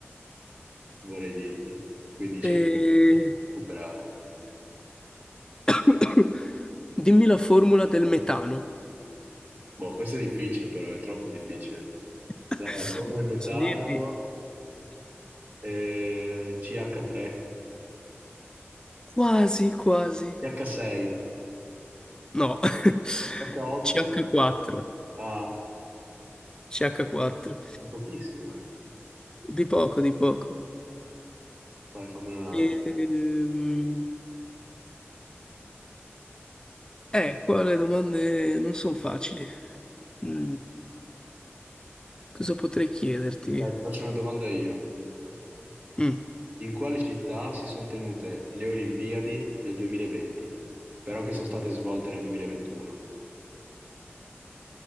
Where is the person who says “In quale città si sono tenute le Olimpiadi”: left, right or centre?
Right